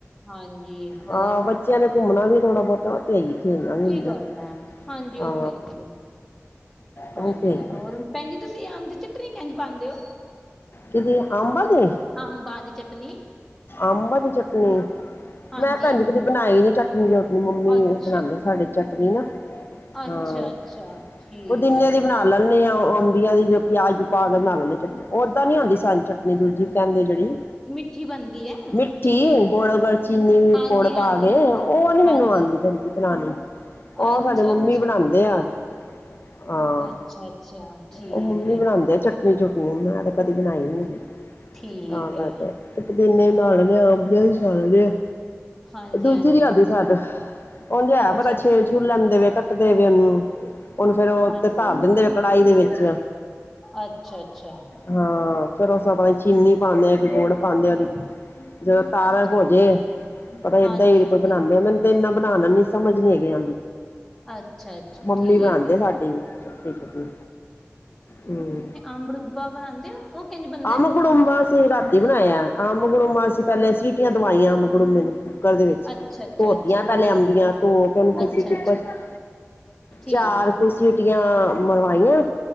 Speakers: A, in the centre; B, on the left (about 50°).
A: ਹਾਂਜੀ ਹੋਰ
B: ਹਾਂ ਬੱਚਿਆਂ ਨੇ ਘੁੰਮਣਾ ਵੀ ਥੋੜਾ ਬਹੁਤਾ ਤੇ ਹੈ ਹੀ ਖੇਲਣਾ ਵੀ
A: ਕੀ
B: ਹੁੰਦਾ
A: ਕਰਨਾ ਹਾਂਜੀ
B: ਹਾਂ
A: ਉਹ ਤੇ ਹੈ ਹੀ ਹੈ
B: ਉਹ
A: ਹਾਂਜੀ।
B: ਤੇ ਹੈ ਹੀ
A: ਹੋਰ
B: ਹੈ
A: ਭੈਣਜੀ ਤੁਸੀਂ ਆਮ ਦੀ ਚਟਣੀ ਕਿੰਜ ਪਾਉਂਦੇ ਓ।
B: ਕਿਹਦੀ ਅੰਬ ਦੀ
A: ਅੰਬਾਂ ਦੀ ਚਟਨੀ।
B: ਅੰਬ ਦੀ ਚਟਨੀ
A: ਹਾਂਜੀ
B: ਮੈਂ ਭੈਣ ਜੀ ਕਦੀ ਬਣਾਈ ਨੀ ਚਟਨੀ ਚੂਟਨੀ ਮੰਮੀ
A: ਅੱਛਾ
B: ਬਣਾਂਦੇ ਸੀ। ਸਾਡੇ ਚਟਨੀ ਨਾ
A: ਅੱਛਾ-ਅੱਛਾ
B: ਅ
A: ਠੀਕ
B: ਪੁਦੀਨੇ
A: ਐ
B: ਦੀ ਬਣਾ ਲੈਂਣੇ ਆ ਅੰਬੀਆਂ ਦੀ ਜੋ ਪਿਆਜ ਪਾ ਕੇ ਬਣਾ ਲੈਣੇ ਆ ਚਟਨੀ। ਉਹ ਉਹ ਤਾ ਨੀ ਆਉਂਦੀਤਯ ਸਾਨੂੰ ਚਟਨੀ ਦੂਜੀ ਕਹਿੰਦੇ ਜਿਹੜੀ
A: ਮਿੱਠੀ ਬਣਦੀ ਐ।
B: ਮਿੱਠ
A: ਚੀਨੀ
B: ਗੁੜ ਗਲ ਚੀਨੀ
A: ਹਾਂਜੀ-ਹਾਂਜੀ-ਹਾਂਜੀ,
B: ਗੁੜ ਪਾ ਕੇ ਉਹ ਨੀ ਮੈਨੂੰ
A: ਹਾਂਜੀ
B: ਆਂਦੀ ਭੈਣ ਜੀ। ਬਣਾਣੀ ਉਹ
A: ਅੱਛਾ-ਅੱਛਾ,
B: ਸਾਡੇ ਮੰਮੀ ਬਣਾਉਂਦੇ ਆ ਹਾਂ
A: ਅੱਛਾ-ਅੱਛਾ ਠੀਕ
B: ਉਹ ਮੰਮੀ
A: ਏ,
B: ਬਣਾਂਦੇ ਆ ਚਟ ਨੀ ਚਟਣੀ ਮੈਂ ਕਦੇ ਬਣਾਈ ਨੀ ਹੈਗੀ।
A: ਠੀਕ
B: ਤਾਂ ਕਰਕੇ
A: ਏ
B: ਪਦੀਨੇ ਦੀ ਬਣਾ ਲੈਣੇ ਆ ਅੰਬੀਆ ਦੀ ਬਣਾ ਲੈਣੇ ਆ
A: ਹਾਂਜੀ-ਹਾਂਜੀ
B: ਦੂਜੀ ਨੀ ਆਂਦੀ ਸਾਨੂੰ। ਉਨ੍ਹਾਂ
A: ਅੱਛਾ
B: ਜੇ ਪਤਾ ਛੇਲ ਛੂਲ ਲੈਂਦੇ ਵ ਕੱਟਦੇ ਵ ਉਹਨੂੰ ਉਹਨ ਫੇਰ ਉਹ
A: ਹਾਂਜੀ-ਹਾਂਜੀ,
B: ਤੇ ਧਾਰ ਦਿੰਦੇ ਆ। ਕੜਾਹੀ ਦੇ ਵਿੱਚ
A: ਅੱਛਾ-ਅੱਛਾ।
B: ਹਾਂ ਫੇਰ ਉਸ 'ਚ 'ਆਪ ਚੀਨੀ ਪਾਉਂਦੇ ਆ ਇੱਕ ਗੁੜ ਪਾਉਂਦੇ ਆ ਜਦੋਂ ਤਰ
A: ਅੱਛਾ-ਅੱਛਾ
B: ਹੋਜੇ
A: ਹਾਂਜੀ-ਹਾਂਜੀ,
B: ਏਦਾਂ ਹੀ ਕੋਈ ਬਣਾਉਂਦੇ ਮੈਨੂੰ ਤੇ ਇੰਨਾ ਬਣਾ ਲੈ ਨ ਸਮਝ ਨੀ ਹੈਗੇ
A: ਅੱਛਾ-ਅੱਛਾ
B: ਮੰਮੀ
A: ਠੀਕ
B: ਬਣਾਉਂਦੇ ਆ
A: ਏ
B: ਸਾਡੀ ਵੀ ਚਟਣੀ -ਚੁੱਟਣੀ ਹਮ
A: ਅੰਬੜੂਦਾ ਬਣਾਉਦੇ ਹੋ ਉਹ ਕਿੰਝ ਬਣਦਾ ਹਾਂਜੀ।
B: ਅੰਬ ਗੁੜੁੰਬਾ ਅਸੀਂ ਰਾਤੀ ਬਣਾਇਆ ਅੰਬ- ਗੜੂਮਾ ਪਹਿਲੇ ਸੀਟੀਆਂ ਦਵਾਈਆਂ ਅੰਬ- ਗੜੂਮੇ ਨੂੰ। ਕੁੱਕਰ ਦੇ ਵਿੱਚ,
A: ਅੱਛਾ-ਅੱਛਾ,
B: ਧੋਤੀਆਂ
A: ਅੱਛਾ
B: ਪਹਿਲੇ
A: ਅੱਛਾ ਠੀਕ
B: ਅੰਬੀਆਂ ਧੋ ਕੇ ਉਹਨੂੰ ਪਰੈਸ਼ਰ
A: ਅੱਛਾ-ਅੱਛਾ
B: ਕੁੱਕਰ ਚ
A: ਠੀਕ
B: ਚਾਰ
A: ਏ
B: ਕੁ ਸੀਟੀਆਂ ਮਰਵਾਈਆਂ